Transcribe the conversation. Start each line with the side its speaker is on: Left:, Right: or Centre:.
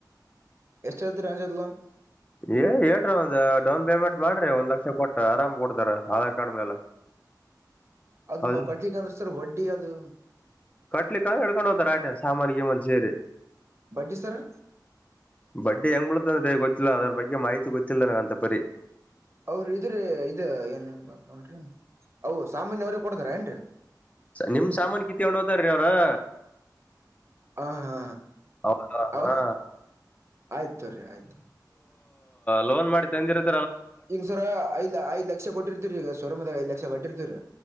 Right: ಎಷ್ಟು ಎಳ್ತ ರಂಜತ್ಲನ್
Left: ಏ ಹೇಳೇರ ಒಂದು ಡೌನ್ ಪೇಮೆಂಟ್ ಮಾಡ್ರಿ ಒಂದ್ ಲಕ್ಷ ಕೊಟ್ಟ ಆರಾಮ್ ಕೊಡ್ತಾರ ಆಧಾರ್ ಕಾರ್ಡ್ ಮೇಲೆ
Right: ಅದ್
Left: ಹೌದ್
Right: ನಾವವು ಕಟ್ಲಿಕ್ಕೆ ಅಂದ್ರೆ ಸರ್ ಒಡ್ಡಿ ಡಿ ಅದು
Left: ಕಟ್ಲಿಕ್ಕೆ ಹಡ್ಕೊಂಡ್ ಹೋತಾರ ಆಟ ಸಾಮಾನಿಗೆಮನ್ ಸೇರಿ
Right: ಬಡ್ಡಿ ಸರ್
Left: ಬಡ್ಡಿ ಹೆಂಗ್ ಮುಳತ ಅಂದ್ರೆ ಗೊತ್ತಿಲ್ಲ ಅದ್ರ ಬಗ್ಗೆ ಮಾಹಿತಿ ಗೊತ್ತಿಲ್ಲ ನನ ಅಂತ ಪರಿ
Right: ಅವ್ರ ಇದ್ರ ಇದ ಏನನ್ ಮಾತ್ ನೋಡ್ರಿ ಅವು ಸಾಮಾನ್ಯ ಅವ್ರ ಕೊಡ್ತಾರ ಏನ್ರೀ.
Left: ನಿಮ ಸಾಮಾನ ಕಿ ತಕೊಂಡು ಹೋದಾರ್ರೀ ಅವ್ರ <inaudible>
Right: ಹ ಹಾ
Left: ಹೌ
Right: ಅವ
Left: ಹಾ
Right: ಆಯ್ತ ತೋರಿ ಆಯ್ತು
Left: ಲೋನ್ ಮಾಡಿ ತಂದಿರುತ್ತೆ.
Right: ಈಂಗ ಸರ ಐದ ಐದ್ ಲಕ್ಷ ಕೊಟ್ಟಿರ್ತೀರಿ ಈಗ ಶುರ್ಮದಾಗ ಐ ಲಕ್ಷ ಗಡ್ಟ್ಟಿತೀ ರರಿ